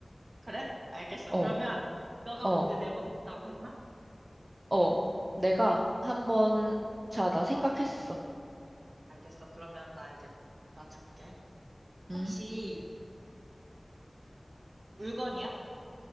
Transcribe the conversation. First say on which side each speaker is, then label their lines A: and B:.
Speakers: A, on the right; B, on the right.
A: 그래? 알겠어.
B: 어,
A: 그러면 너가 문제
B: 어.
A: 내본다고 했나?
B: 어, 내가 한번, 자, 나 생각했어.
A: 알겠어. 그러면 나 이제 맞춰볼게.
B: 응?
A: 혹시 물건이야?